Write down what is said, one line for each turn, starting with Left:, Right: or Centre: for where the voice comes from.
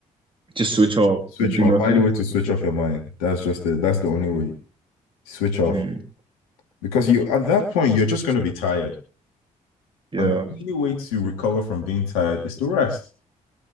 Right: just switch off
Left: Switch
Right: and do
Left: off.
Right: nothing.
Left: Find a way to switch off your mind. That's just it. That's the only way. Switch off.
Right: Mm,
Left: Because you at that point you're just going to be tired.
Right: yeah,
Left: And the only way to recover from being tired is to rest.